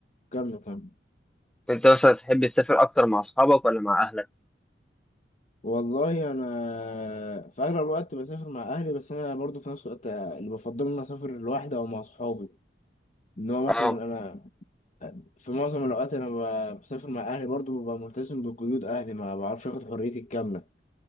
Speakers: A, on the left; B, in the centre.
A: كمل كمل
B: انت مثلا تحب تسافر اكتر مع اصحابك ولا مع اهلك
A: والله انا في اغلب الوقت بسافر مع اهلي بس انا برضو في نفس الوقت اللي بفضل ان أنا اسافر لوحدي او مع اصحابي ان هو
B: اه
A: مثلا انا في معظم الاوقات انا ب- بسافر مع اهلي برضو ببقى ملتزم بقيود اهلي ما بعرفش اخد حريتي الكامله